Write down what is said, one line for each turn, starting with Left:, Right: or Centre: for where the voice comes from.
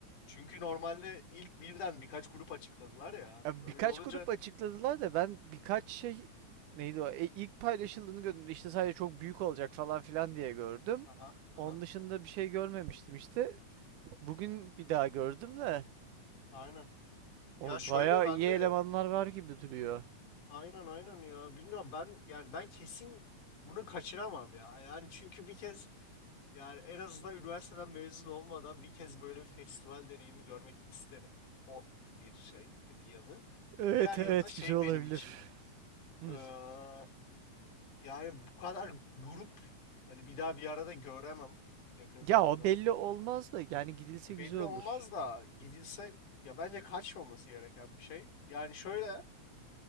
Left: Çünkü normalde ilk birden birkaç grup açıkladılar ya.
Right: Ya
Left: Öyle
Right: birkaç
Left: olunca
Right: grup açıkladılar da ben birkaç şey neydi o? E, ilk paylaşıldığını gördüm. İşte sadece çok büyük olacak falan filan diye gördüm.
Left: aha,
Right: Onun
Left: aha,
Right: dışında bir şey görmemiştim işte. Bugün bir daha gördüm de
Left: aynen.
Right: o
Left: Ya şöyle
Right: bayağı
Left: ben
Right: iyi elemanlar
Left: de
Right: var gibi duruyor.
Left: aynen aynen ya bilmiyorum ben yani ben kesin bunu kaçıramam ya. Yani çünkü bir kez Yani en azından üniversiteden mezun olmadan bir kez böyle bir festival deneyimi görmek isterim. O bir şey, bir yanı.
Right: Evet
Left: Diğer
Right: evet
Left: yanı da şey
Right: güzel olabilir.
Left: benim için.
Right: Hmm.
Left: eee, yani bu kadar grup hani bir daha bir arada göremem yakın zamanda
Right: Ya o belli
Left: mı?
Right: olmaz da yani gidilse güzel
Left: Belli
Right: olur.
Left: olmaz da gidilse ya bence kaçmaması gereken bir şey. Yani şöyle,